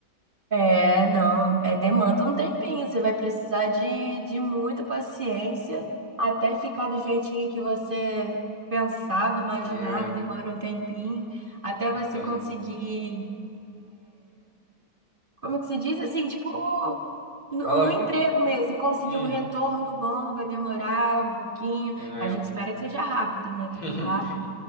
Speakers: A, on the right (about 30°); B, on the left (about 55°).
A: É, não, é demanda um tempinho. Você vai precisar de, de muita paciência até ficar do jeitinho que você pensava, imaginava,
B: né?
A: demora um tempinho, até
B: Então,
A: você conseguir, como é que se diz assim, tipo, no,
B: alavanca.
A: no emprego mesmo, conseguir
B: Uhum.
A: um retorno bom, vai demorar um pouquinho.
B: É.
A: A gente espera que seja rápido, não é
B: <laughs>
A: tudo rápido.